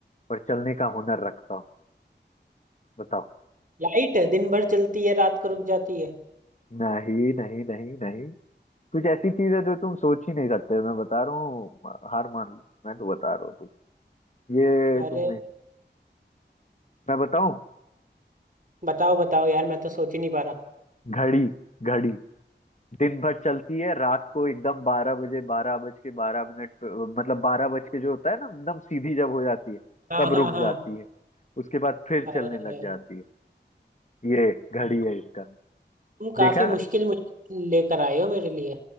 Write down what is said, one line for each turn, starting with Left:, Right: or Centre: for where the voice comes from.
Left: पर चलने का हुनर रखता हूँ बताओ
Right: लाइट दिन भर चलती है रात को रुक जाती है
Left: नहीं नहीं नहीं नहीं कुछ ऐसी चीज है जो तुम सोच ही नहीं सकते मैं बता रहा हूँ हार मान लो मैं तो बता रहा हूँ तुम ये
Right: अरे
Left: तुम नहीं मैं बताऊं
Right: बताओ बताओ यार मैं तो सोच ही नहीं पा रहा
Left: घड़ी घड़ी दिन भर चलती है रात को एकदम बारह बजे बारह बज के बारह मिनट पे- मतलब बारह बज के जो होता है ना एकदम सीधी जब हो जाती है
Right: हाँ
Left: तब
Right: हाँ
Left: रुक
Right: हाँ
Left: जाती है उसके बाद फिर
Right: अरे
Left: चलने लग जाती है ये घड़ी
Right: तुम
Left: है इसका
Right: काफी
Left: देखा
Right: मुश्किल मुश्किल लेकर आए हो मेरे लिए